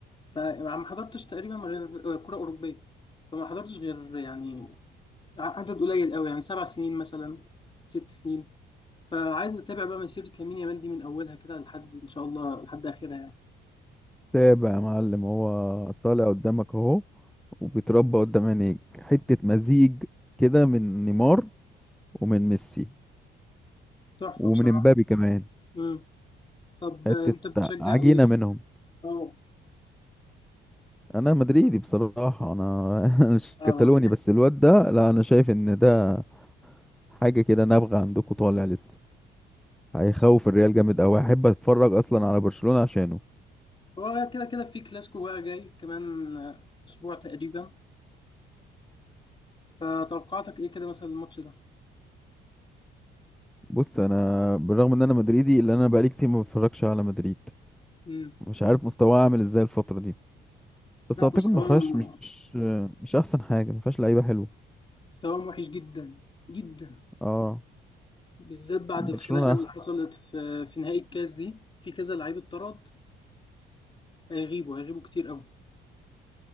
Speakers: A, on the left; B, in the centre.
A: فما حضرتش تقريبا غير كوره اوروبيه فما حضرتش غير يعني عدد قليل قوي يعني سبع سنين مثلا ست سنين فعايز اتابع بقى مسيرة لامين يامال دي من اولها كده لحد ان شاء الله لحد اخرها يعني
B: تابع يا معلم هو طالع قدامك اهو وبيتربى قدام عينيك حتة مزيج كده من نيمار ومن ميسي
A: تحفة
B: ومن
A: بصراحة
B: امبابي كمان
A: امم طب
B: حتة
A: آه، انت بتشجع
B: عجينة
A: ايه
B: منهم
A: اه
B: انا مدريدي بصراحة انا <laughs> مش
A: اه
B: كتالوني بس الواد ده لا انا شايف ان ده حاجة كده نابغة عندكم طالع لسه هيخوف الريال جامد قوي احب اتفرج اصلا على برشلونة عشانه
A: هو كده كده في كلاسيكو بقى جاي كمان آه، اسبوع تقريبا فتوقعاتك ايه كده مثلا الماتش ده
B: بص انا بالرغم ان انا مدريدي الا انا بقالي كتير ما بتفرجش على مدريد
A: امم
B: مش عارف مستواه عامل ازاي الفترة دي بس
A: لا
B: اعتقد
A: مستواهم
B: ما فيهاش مش مش احسن حاجه ما فيهاش لعيبه حلوه
A: مستواهم وحش جدا جدا
B: اه
A: بالذات بعد
B: برشلونه
A: الخناقة اللي
B: احسن
A: حصلت في في نهائي الكاس دي في كذا لعيب اتطرد فهيغيبوا هيغيبوا كتير قوي